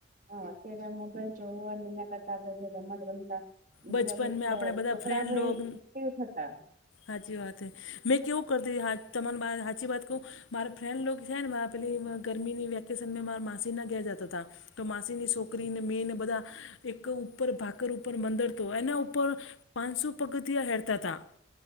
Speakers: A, on the right (about 40°); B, on the left (about 70°).
A: હા અત્યારે આ મોબાઈલ જોવું અને એના કરતા રમત આપડે જે રમતા એથી
B: બચપન
A: આપડે
B: મે આપણા બધા
A: છોકરા
B: ફ્રેન્ડ
A: ભાઈ
B: લોગ
A: એક્ટિવ થતા
B: હાચી વાત મેં કેવું કરતી તમાન બા હાચી વાત કઉ મારા ફ્રેન્ડ લોગ છે ને મારા પેલી ગરમીની વેકેશનમાં મારા માસી ના ઘેર જતા હતા. તો માસીની છોકરીને મેંને બધા એક ઉપર ભાકર ઉપર મંદર તો એના ઉપર પાંચસો પગથિયા હેડતા હતા.